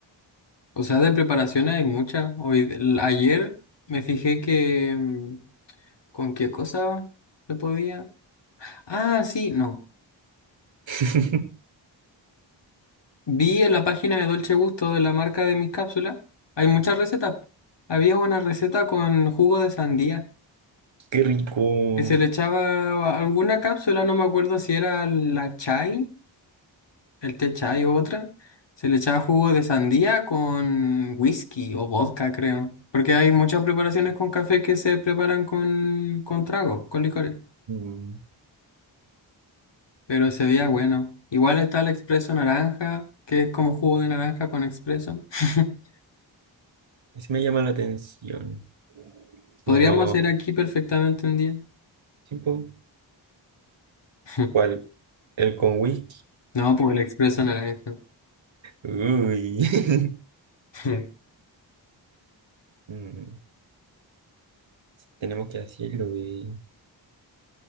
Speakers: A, on the left (about 65°); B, on the right (about 75°).
A: O sea, de preparación hay mucha. Hoy, l- ayer me fijé que mm, con qué cosa se podía. Ah, sí, no.
B: <laughs>
A: Vi en la página de Dolce Gusto de la marca de mis cápsulas, hay muchas recetas. Había una receta con jugo de sandía,
B: Qué rico.
A: que se le echaba a alguna cápsula, no me acuerdo si era la chai, el té chai o otra. Se le echaba jugo de sandía con whisky o vodka, creo. Porque hay muchas preparaciones con café que se preparan con, con tragos, con licores.
B: Mm,
A: Pero se veía bueno. Igual está el expreso naranja, que es como jugo de naranja con expreso. <laughs>
B: Ese me llama la atención.
A: Podríamos
B: Nos vamos
A: hacer
B: a...
A: aquí perfectamente un día.
B: Sí, po.
A: <laughs>
B: ¿Cuál? ¿El con whisky?
A: No, por el expreso naranja.
B: Uy. <laughs>
A: <laughs>
B: Mm, Tenemos que hacerlo, bebé.